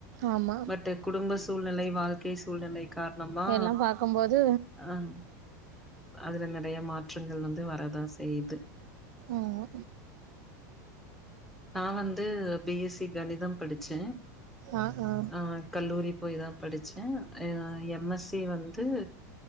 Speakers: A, on the right (about 70°); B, in the centre.
A: ஆமா
B: பட் குடும்ப சூழ்நிலை வாழ்க்கை சூழ்நிலை காரணமா
A: எல்லா பாக்கும்போது
B: அஹ் அதுல நிறைய மாற்றங்கள் வந்து வரதா செய்து
A: ஆமா
B: நா வந்து பிஎஸ்சி கணிதம் படிச்சே
A: ஆ ஆ
B: ஆஹ் கல்லூரி போய் தா படிச்சே எம்எஸ்சி வந்து